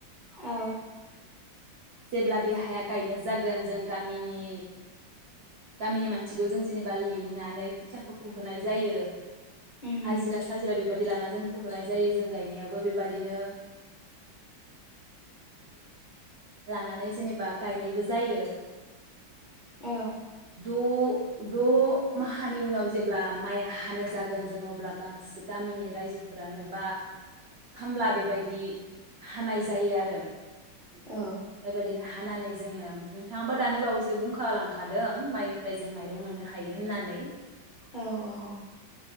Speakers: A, on the left; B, on the right.
A: औ
B: जेब्ला बे हाया गायनो जागोन जों गामिनि गामिनि मानसिखौ जों जेनेबा लिंनानै खोथियाखौ फुहोनाय जायो
A: उम
B: हाजिरा साजिरा बेबायदि दि लाना जों फुहोननाय जायो जों गायनायाव बो बेबादिनो लानानै जेनेबा गायनायबो जायो।
A: औ
B: द' द' माहानि उनाव जेब्ला माइया हानो जागोन जों अब्ला गासै गामिनि रायजोफोरानो बा खामला बेबायदि हानाय जायो आरो।
A: औ
B: बेबायदिनो हानानै जोङो नोंथाङाबो दानि बावैसो बुंखालांखादों माइनिफ्राय जों माइरं मोननो हायो होननानै।
A: औ औ